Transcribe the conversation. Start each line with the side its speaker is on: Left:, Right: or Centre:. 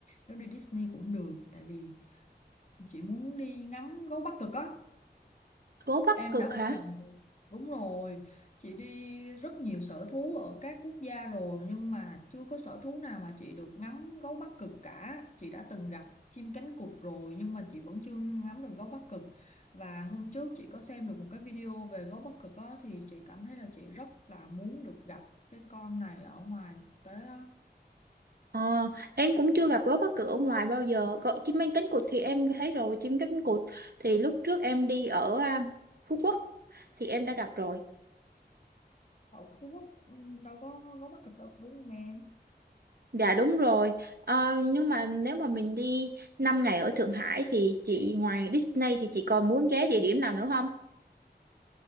Left: nếu đi Disney cũng được tại vì chị muốn đi ngắm gấu Bắc Cực á
Right: gấu Bắc
Left: Em
Right: Cực
Left: đã bao
Right: hả
Left: giờ đúng rồi, chị đi rất nhiều sở thú ở các quốc gia rồi nhưng mà chưa có sở thú nào mà chị được ngắm gấu Bắc Cực cả. Chị đã từng gặp chim cánh cụt rồi nhưng mà chị vẫn chưa ngắm được gấu Bắc Cực. Và hôm trước chị có xem được một cái video về gấu Bắc Cực đó thì chị cảm thấy là chị rất là muốn được gặp cái con này ở ngoài thực tế á.
Right: Ờ, em cũng chưa gặp gấu Bắc Cực ở ngoài bao giờ Gọi chim cánh cánh cụt thì em thấy rồi chim cánh cánh cụt thì lúc trước em đi ở à, Phú Quốc thì em đã gặp rồi
Left: Ở Phú Quốc ừ, đâu có gấu Bắc Cực đâu đúng không em?
Right: Dạ đúng rồi. Ờ, nhưng mà nếu mà mình đi 5 ngày ở Thượng Hải thì chị ngoài Disney thì chị còn muốn ghé địa điểm nào nữa không?